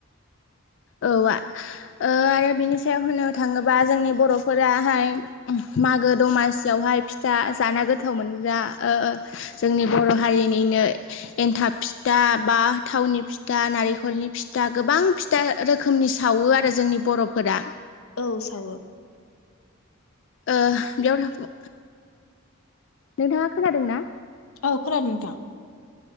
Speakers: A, on the left; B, on the left.
A: औ आ ओ आरो बिनि सायाव होननो थाङोबा जोंनि बर'फोराहाय मागो दमासियावहाय फिथा जाना गोथाव मोनग्रा ओ जोंनि बर' हारि निनो एनथाब फिथा बा थावनि फिथा नारिख खलनि फिथा गोबां फिथ ता रोखोमनि सावो आरो जोंनि बर'फोरा
B: औ सावो
A: ओह बेयाव था नोंथाङा खोनादों ना?
B: औ खोनादों नोंथां